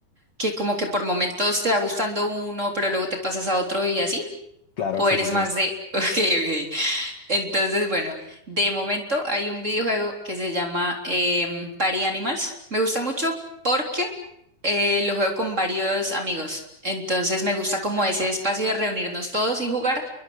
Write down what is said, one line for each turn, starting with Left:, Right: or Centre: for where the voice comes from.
Right: que como que por momentos te va gustando uno, pero luego te pasas a otro y así.
Left: Claro,
Right: ¿O
Left: sí,
Right: eres
Left: sí, sí.
Right: más de, <laughs> ok, ok, Entonces, bueno, de momento hay un videojuego que se llama em, Party Animals. Me gusta mucho porque eh, lo juego con varios amigos. Entonces me gusta como ese espacio de reunirnos todos y jugar.